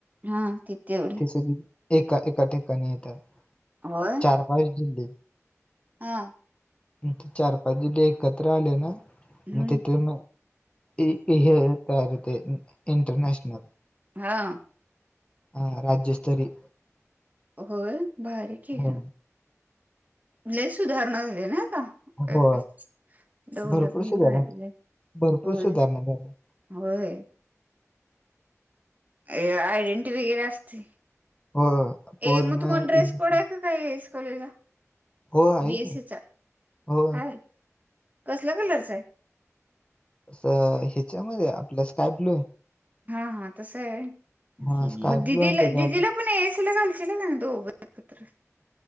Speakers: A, on the right; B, on the left.
A: हा, ते तेव्ह
B: सगळी, एका एका ठिकाणी येत्यात.
A: होय.
B: चार पाच जिल्हे
A: हां.
B: म ते चार पाच जिल्हे एकत्र आले ना,
A: हम्म
B: मग तिथे मग इ हे तयार हुतय, इंटरनॅशनल.
A: हां.
B: हा राज्यस्तरी
A: होय, भारी केलं.
B: हो
A: लय सुधारणा झाल्या नाय आता. काय
B: हो
A: काय, दौलत
B: भरपूर
A: न
B: सुधारणा
A: बाहेर दिलय,
B: भरपूर
A: होय.
B: सुधारणा झाल्या
A: होय. ए आयडेंटि वगैरे असती,
B: हो पूर्ण
A: ए मग तुम्हाला ड्रेस
B: युनिफॉर्म
A: कोड आहे का काय एस कॉलेज ला?
B: हो आहे
A: बीएससीचा,
B: की हो
A: हाय,, कसल्या कलरचा हाय?
B: असं ह्याच्यामध्ये आय, आपलं स्काय ब्लू हाय.
A: हा हा तसं हाय व्हय,
B: हा स्काय
A: मग
B: ब्लू
A: दिदीला
B: आणि त्याच्या
A: दिदीला पण ए येस तिला घालशीला का नाही दोघ एकत्र